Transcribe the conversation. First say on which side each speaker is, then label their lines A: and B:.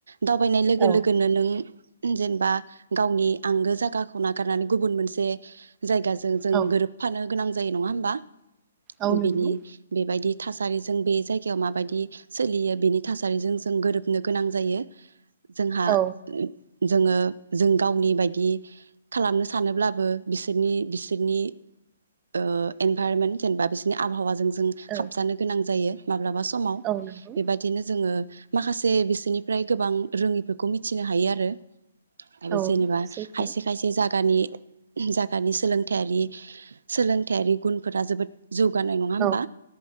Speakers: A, on the right; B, on the right.
A: दावबायनाय लोगो
B: औ
A: लोगोनो नों जेनबा गावनि आंगो जागाखौ नागारनानै गुबुन मोनसे जायगाजों जों
B: औ
A: गोरोबफानो गोनां जायो नङा होमबा
B: औ नंगौ
A: बिनि बेबायदि थासारिजों बे जायगायाव माबायदि सोलियो बिनि थासारिजों जों गोरोबनो गोनां जायो। जोंहा
B: औ
A: उम जोङो जों गावनि बायदि खालामनो सानोब्लाबो बिसोरनि बिसोरनि ओ इनभाइरमेन्ट जेनेबा बिस <unintelligible> आबहावाजों जो जों
B: औ
A: खाबजानो गोनां जायो माब्लाबा स समाव
B: औ नंगौ
A: बेबादिनो जोङो माखासे बिसोनिफ्राय गोबां रोङिफोरखौ मिथिनो हायो आरो। आरो
B: औ
A: जेनेबा
B: सैथो
A: खायसे खायसे जाग गानि जागानि सोलोंथायारि सोलोंथायारि गुनफोरा जोबोद जौगानाय नङा होमबा
B: औ